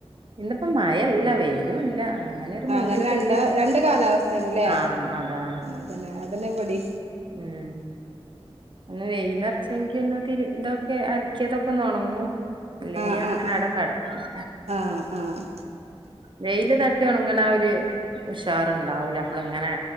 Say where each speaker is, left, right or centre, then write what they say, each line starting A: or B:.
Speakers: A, on the right; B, on the right.
A: ഇന്നപ്പോ മഴല്ല വെയിലും ഇല്ല അങ്ങനെ ഒരു
B: ആ
A: മൂടി
B: അങ്ങനെ രണ്ട
A: കെട്ടി
B: രണ്ട് കാലാവസ്ഥയണല്ലേ
A: ആഹ് അതാ
B: അതന്നെ അതന്നെ പൊടി
A: ഉം അ വെയിലറച്ചെങ്കി ഒന്ന്തിരിന്ത കേ അൽക്കിയതൊക്കെ നണങ്ങും ഇല്ലെങ്കി
B: ആഹ്
A: അങ്ങനെ
B: ആഹ്
A: അവിടെ കെടക്കും
B: ആഹ് ആഹ്
A: വെയില് തട്ടി ഉണങ്ങന ഒരു ഉഷാറുണ്ടാവൂല നമ്മള ഇങ്ങനെ